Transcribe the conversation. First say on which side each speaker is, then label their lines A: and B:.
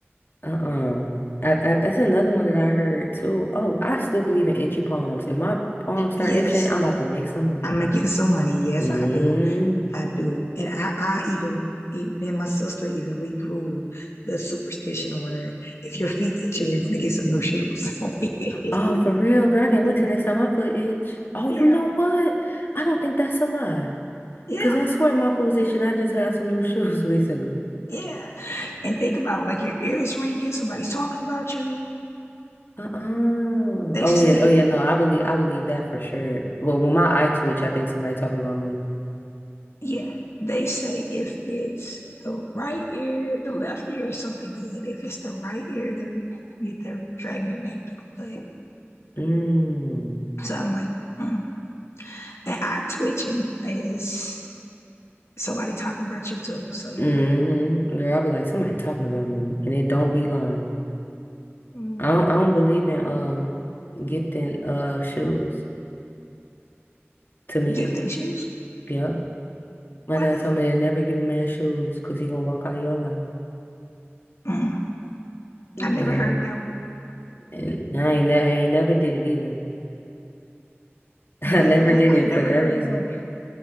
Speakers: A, on the left; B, on the left.
A: Uh-uh. I, I, it's another one that I heard too. Oh, I still believe in itchy palms. If my palms start
B: Yes.
A: itching, I'm about to make some money.
B: I'm gonna get some money. Yes,
A: hmm
B: I do. I do. And I, I even e- me and my sister even we grew the superstition where if your feet itching, you're gonna get some new shoes. <laughs>
A: Oh, for real, girl. I can't
B: Yeah.
A: wait till next time my foot itch. Oh,
B: Yeah.
A: you know what? I don't think that's a lie.
B: Yeah.
A: Cause I swear my foot was itching. I just had some new <laughs> shoes recently.
B: Yeah. And think about like your ears ringing, somebody's talking about you.
A: Uh-uh.
B: They
A: Oh
B: say
A: yeah.
B: if
A: Oh yeah.
B: it
A: No, I believe I believe that for sure. Well, when my eye twitch, I think somebody talking about me.
B: Yeah, they say if it's the right ear, the left ear is something good. If it's the right ear, they're you, they're dragging your name through the mud.
A: Mm.
B: So I'm like, mm. and eye twitching is somebody talking about you too. So yeah,
A: Mm-hmm. Girl, I'll be like, somebody talking about me. And it don't be lying.
B: mm,
A: I don't,
B: yep.
A: I don't believe in um gifting uh shoes to men.
B: Gifting shoes,
A: Yep. My
B: why
A: dad
B: not?
A: told me to never give a man shoes because he gonna walk out of your life.
B: Mm.
A: Mm.
B: I never
A: Yeah.
B: heard of that.
A: And I ain't ne I ain't never did it either. <laughs> I
B: One.
A: never
B: Yeah,
A: did
B: I,
A: it
B: I've never
A: for that
B: heard
A: reason.
B: of that. One.